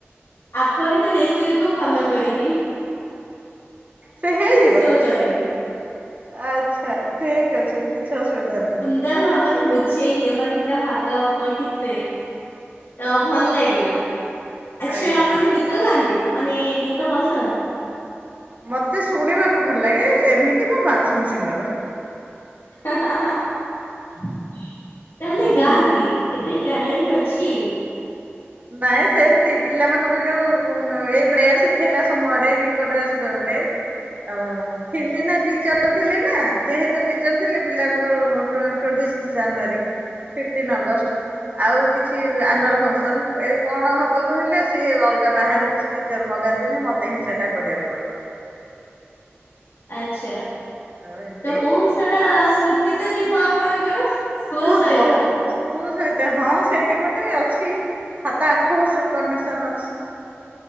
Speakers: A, on the left (about 65°); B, on the right (about 40°).
A: ଆପଣ କ ରେସିପି କୁ ଫଲୋ କରୀକି?
B: ସେ ହେଇଯିବ
A: ସିଓର ଜଣେଇବି।
B: ଆଚ୍ଛା। ଠିକ ଅଛି। କିଛି ଅସୁବିଧା ନାହିଁ।
A: ଲ ଭାବରେ ବୁଝେଇଲେ। ମାନେ ପୁରା ଭାଗମାପ ଠିକ ସେ। ତ ଭଲ ଲାଗିଲା। ଆଚ୍ଛା
B: ଆଜ୍ଞା।
A: ଆପଣ ଗୀ ଗୀତ ଗାନ୍ତି। ମାନେ ଗୀତ ପସନ୍ଦ?
B: ମତେ ଶୁଣିବାକୁ ଭଲ ଲାଗେ। ଏମିତି ମୁ ବାଥରୁମ ସିଙ୍ଗର।
A: ହାଁ ହାଁ ତାହାହେଲେ
B: ହୁଁ।
A: ଗାଁନ୍ତି। ଏତେ ଟ୍ୟାଲେଣ୍ଟ ଅଛି।
B: ନାଇଁ ସେମିତି ପିଲାମାନଙ୍କୁ ଯୋଉ ଏଇ ପ୍ରେୟାର ଶିଖେଇଲା ସମୟରେ, ଇଏ କରିବା ସମୟରେ। ଆଉ ଥିଲି ନା, ଟିଚର ଥିଲି ନା। ଯେହେତୁ ଟିଚର ଥିଲି ପିଲାଙ୍କର ତ୍ୱେଣ୍ଟି ଜାନୁଆରୀ, ଫିଫ୍ଟିନ ଅଗଷ୍ଟ ଆଉ କିଛି ଅନୁଆଲଫକ୍ସନ। ଏ କଣ ହବାକୁ ହେଲେ। ସିଏ ଅଲଗା ବାହାରୁ କିଛି ଟିଚର ମଗାନ୍ତିନି। ମତେ ହିଁ ସେଇଟା କରିବାକୁ ପଡିବ।
A: ଆଚ୍ଛା
B: ଆଉ ଏମିତି
A: ତ ବହୁତ ସାରା ସ୍ମୃତି ତ ଥିବ ଆପଣଙ୍କର। ସ୍କୁଲ
B: ବହୁତ,
A: ସହିତ।
B: ବହୁତ। ସ୍କୁଲ ସହିତ ହଁ ସେଇଟା ଗୋଟେ ଅଛି। ସାତ ଆଠ ବର୍ଷର କନେକ୍ସନ ଅଛି।